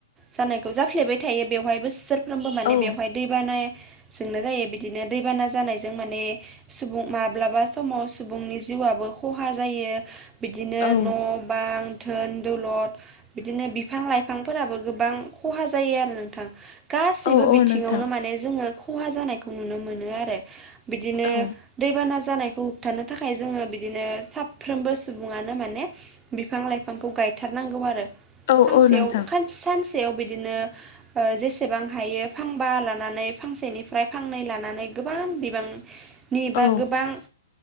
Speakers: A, on the right (about 15°); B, on the left (about 50°).
A: जानायखौ जाफ्लेबाय थायो बेवहाय बोसोर <unintelligible> माने
B: औ
A: बेवहाय दै बानाया जोंनो जायो बिदिनो दैबाना जानायजों माने सुबुं माब्लाबा समाव सुबुंनि जिउ औबो खहा जायो बिदिनो
B: औ
A: न' बां धोन दौलधद बिदिनो बिफां लाइफांफोराबो गोबां खहा जायो आरो नोंथां गासैबो
B: औ औ
A: बिथिङावनो
B: नोंथां
A: माने जोङो खहा जानायखौ नुनो मोनो आरो बिदिनो
B: औ
A: दैबाना जानाय खौ होबथनो थाखाय जोङो बिदिनो साफ्रोमबो सुबुनो माने बिफां लाइफांखौ गायथारनांगौ
B: औ
A: फांसेयाव
B: औ नोंथां
A: सानसे याव बिदिनो जेसेबां हायो फांबा लानानै फांसेनिफ्राय फांनै लानानै गोबां बिबांनि बा
B: औ
A: गोबां